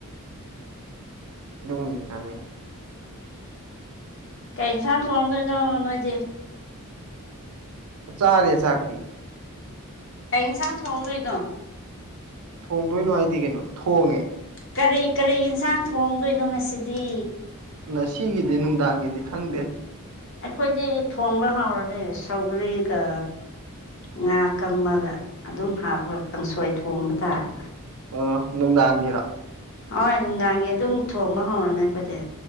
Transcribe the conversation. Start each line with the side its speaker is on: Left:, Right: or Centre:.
Right: ꯑꯗꯨꯒꯨꯝ ꯆꯥꯅꯤ
Left: ꯀꯩ ꯌꯦꯟꯁꯥꯡ ꯊꯣꯡꯑꯝꯗꯣꯏꯅꯣ ꯅꯣꯏꯗꯤ
Right: ꯆꯥꯔꯦ ꯆꯥꯛꯇ
Left: ꯀꯩ ꯁꯥꯡ ꯊꯣꯡꯒ ꯏꯗꯣ
Right: ꯊꯣꯡꯗꯣꯏꯅꯣ ꯍꯥꯏꯗꯤ ꯀꯩꯅꯣ ꯊꯣꯡꯉꯦ
Left: ꯀꯔꯤ ꯀꯔꯤ ꯌꯦꯟꯁꯥꯡ ꯊꯣꯡꯗꯣꯏꯅꯣ ꯉꯁꯤꯗꯤ
Right: ꯅ ꯁꯤꯒꯤꯗꯤ ꯅꯨꯡꯗꯥꯡꯒꯤꯗꯤ ꯈꯪꯗꯦ
Left: ꯑꯩꯈꯣꯏꯗꯤ ꯊꯣꯕ ꯍꯧꯥꯎꯔꯅꯤ ꯁꯧꯒ꯭ꯔꯔꯤꯒ ꯉꯥ ꯀꯪꯃꯒ ꯑꯗꯨꯝ ꯍꯥꯞꯄꯒ ꯀꯥꯡꯁꯣꯏ ꯊꯣꯡꯕ ꯇꯥꯔꯦ
Right: ꯑ ꯅꯨꯡꯗꯥꯡꯒꯤꯔ
Left: ꯍꯣꯏ ꯅꯨꯡꯗꯥꯡꯒꯤ ꯑꯗꯨꯝ ꯊꯣꯡꯕ ꯍꯧꯔꯅꯦ ꯑꯩꯈꯣꯏꯁꯦ